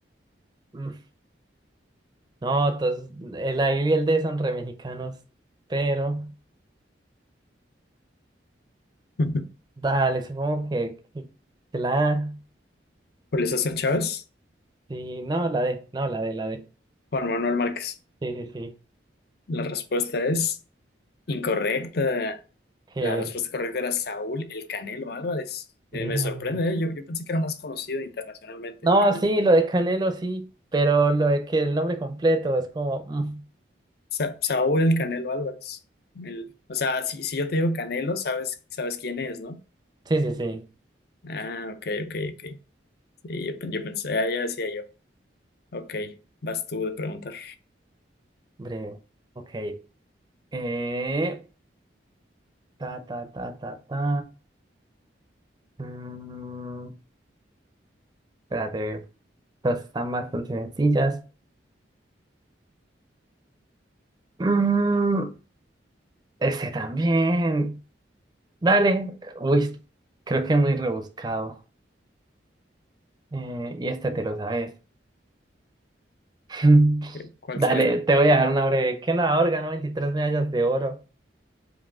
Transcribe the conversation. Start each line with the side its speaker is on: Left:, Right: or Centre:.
Right: Mm, No, entonces, el A y el D son re mexicanos, pero
Left: <laughs>
Right: dale, supongo que, que- que la A.
Left: Julio César Chávez,
Right: Sí, no, la D, no, la D, la D.
Left: Juan Manuel Márquez.
Right: Sí, sí, sí.
Left: La respuesta es incorrecta.
Right: Que
Left: La respuesta correcta era Saúl El Canelo Álvarez. Eh,
Right: no.
Left: me sorprende, ¿eh? Yo, yo pensé que era más conocido internacionalmente
Right: No,
Left: el Canelo.
Right: sí, lo de Canelo sí, pero lo de que el nombre completo es como. mm,
Left: Sa- Saúl El Canelo Álvarez. El- o sea, si, si yo te digo Canelo, sabes, sabes quién es, ¿no?
Right: Sí, sí, sí.
Left: Ah, ok, ok, ok. Sí, yo, pen- yo pensé, ah, ya decía yo. Ok, vas tú de preguntar.
Right: Breve. Ok. Eh, ta, ta, ta, ta, ta. Mm, espérate, estas están bastante sencillas. <clears throat> Mm, este también. Dale. Uy, creo que es muy rebuscado. Eh, y este te lo sabes. <laughs>
Left: Eh, ¿Cuál
Right: Dale,
Left: sería?
Right: te voy a dejar una breve. ¿Qué nadador ganó 23 medallas de oro?